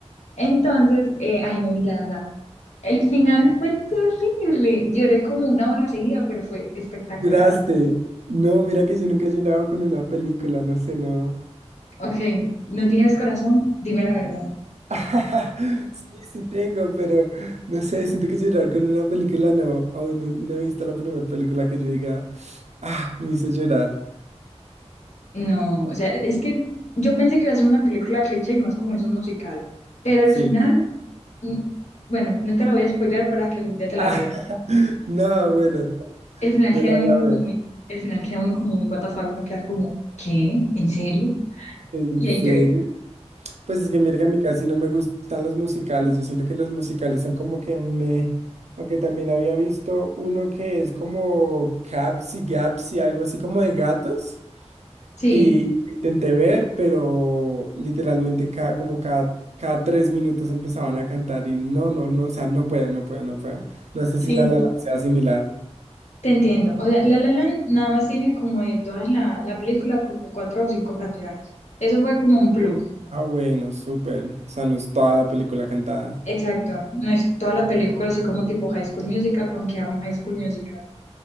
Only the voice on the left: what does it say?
Entonces, eh, ahí me vi la La Land. El final fue terrible, lloré como una hora seguida, pero fue espectacular.
Ok, no tienes corazón, dime la verdad.
No, o sea, es que yo pensé que iba a ser una película cliché y más como es un musical, pero al
final,
mm, bueno, no te lo voy a spoiler para que algún día te la
veas.
el final
queda
uno
como muy, el final queda uno como muy what the fuck, uno queda como, ¿qué? ¿En serio?
Y
ahí lloré.
Sí,
sí,
te entiendo. O sea, La La Land nada más tiene como de todas la, la película como cuatro o cinco canciones. Eso fue como un plus.
Exacto, no es toda la película así como tipo High School Musical, aunque amo High School Musical.